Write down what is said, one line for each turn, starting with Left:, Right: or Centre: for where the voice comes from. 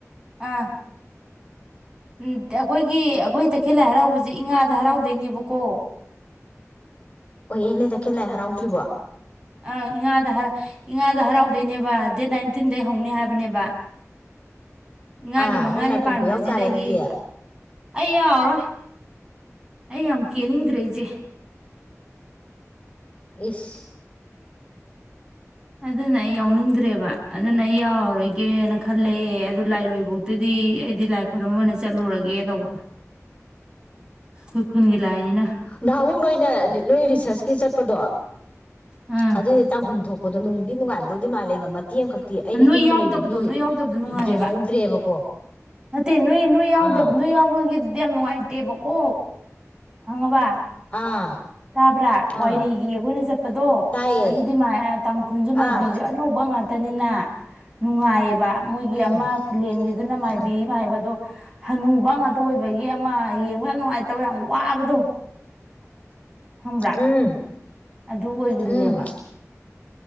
Right: ꯑꯥ ꯎꯝ ꯑꯩꯈꯣꯏꯒꯤ ꯑꯩꯈꯣꯏ ꯇꯈꯦꯜ ꯂꯥꯏ ꯍꯔꯥꯎꯕꯁꯦ ꯏꯉꯥꯗ ꯍꯔꯥꯎꯗꯣꯏꯅꯦꯕꯀꯣ
Left: ꯍꯣꯏꯍꯦ ꯅꯣꯏ ꯇꯈꯦꯜ ꯂꯥꯏ ꯍꯔꯥꯎꯗ꯭ꯔꯤꯕꯣ
Right: ꯑꯥ ꯏꯉꯥꯗ ꯍꯔꯥꯎ ꯏꯉꯥꯗ ꯍꯔꯥꯎꯗꯣꯏꯅꯦꯕ ꯗꯦꯠ ꯅꯥꯏꯟꯇꯤꯟꯗꯩ ꯍꯧꯅꯤ ꯍꯥꯏꯕꯅꯦꯕ ꯏꯉꯥꯒꯤ
Left: ꯑꯥ
Right: ꯃꯉꯥꯅꯤ
Left: ꯅꯪ ꯂꯥꯏ
Right: ꯄꯥꯟꯕꯁꯤꯗꯒꯤ
Left: ꯄꯨꯕ ꯌꯥꯎꯇꯥꯥꯔꯦ ꯑꯗꯨꯗꯤ
Right: ꯑꯩ ꯌꯥꯔꯣꯏ ꯑꯩ ꯌꯥꯝ ꯀꯦꯟꯅꯤꯡꯗ꯭ꯔꯦ ꯏꯁꯦ
Left: ꯏꯁ
Right: ꯑꯗꯨꯅ ꯑꯩ ꯌꯥꯎꯅꯤꯡꯗ꯭ꯔꯦꯕ ꯑꯗꯨꯅ ꯑꯩ ꯌꯥꯎꯔꯔꯣꯏꯒꯦꯅ ꯈꯜꯂꯦ ꯑꯗꯨ ꯂꯥꯏꯔꯣꯏꯕꯧꯇꯗꯤ ꯑꯩꯗꯤ ꯂꯥꯏ ꯈꯨꯔꯨꯝ ꯑꯣꯏꯅ ꯆꯠꯂꯨꯔꯒꯦ ꯇꯧꯕ ꯑꯩꯈꯣꯏ ꯈꯨꯟꯒꯤ ꯂꯥꯏꯅꯤꯅ
Left: ꯉꯥꯍꯟꯃꯨꯛ ꯅꯣꯏꯅ ꯅꯣꯏ ꯔꯤꯁꯔꯁꯀꯤ ꯆꯠꯄꯗꯣ
Right: ꯑꯥ
Left: ꯑꯗꯨ ꯇꯥꯡꯈꯨꯜ ꯊꯣꯛ ꯄꯗꯣ ꯅꯨꯡꯗꯤ ꯅꯨꯡꯉꯥꯏꯗꯧꯗꯤ ꯃꯥꯜꯂꯦꯕ ꯃꯇꯦꯛ ꯑꯃꯈꯛꯇꯤ ꯑꯩꯗꯤ
Right: ꯅꯣꯏ
Left: ꯇꯨꯝꯃ
Right: ꯌꯥꯎꯗꯕꯗꯣ
Left: ꯂꯩꯕꯒꯤ
Right: ꯅꯣꯏ ꯌꯥꯎꯗꯕꯗꯣ ꯅꯨꯡꯉꯥꯏꯌꯦꯕ
Left: ꯌꯦꯡꯍꯧꯗ꯭ꯔꯦꯕꯀꯣ
Right: ꯅꯠꯇꯦ ꯅꯣꯏ ꯅꯣꯏ ꯌꯥꯎꯗꯕ
Left: ꯑꯥ
Right: ꯅꯣꯏ ꯌꯥꯎꯕꯒꯤꯗꯨꯗꯤ ꯌꯥꯝ ꯅꯨꯡꯉꯥꯏ ꯇꯦꯕ ꯀꯣ ꯈꯪꯉꯕꯥ
Left: ꯑꯥ
Right: ꯇꯥꯕ꯭ꯔꯥ ꯋꯥꯏꯔꯤꯒꯤ
Left: ꯑꯥ
Right: ꯑꯩꯈꯣꯏꯅ ꯆꯠꯄꯗꯣ
Left: ꯇꯥꯏꯌꯦ
Right: ꯑꯗꯨꯗꯤ ꯃꯥꯏ ꯇꯥꯡꯈꯨꯜꯁꯨ ꯃꯥꯏꯕꯤꯁꯨ
Left: ꯑꯥ
Right: ꯑꯅꯧꯕ ꯉꯥꯛ ꯇꯅꯤꯅ ꯅꯨꯡꯉꯥꯏꯌꯦꯕ ꯃꯣꯏꯒꯤ
Left: ꯎꯝ
Right: ꯑꯃ ꯈꯨꯂꯦꯟꯒꯤꯗꯨꯅ ꯃꯥꯏꯕꯤ
Left: ꯎꯝ
Right: ꯃꯥꯏꯕꯗꯣ ꯍꯅꯨꯕ ꯉꯥꯛꯇ ꯑꯣꯏꯕꯒꯤ ꯑꯃ ꯌꯦꯡꯕ ꯌꯥꯝ ꯅꯨꯡꯉꯥꯏꯇꯕ ꯌꯥꯝ ꯋꯥꯕꯗꯣ ꯈꯪꯕ꯭ꯔꯥ
Left: ꯎꯝ
Right: ꯑꯗꯨ ꯑꯣꯏꯒ꯭ꯔꯤꯅꯦꯕ
Left: ꯎꯝ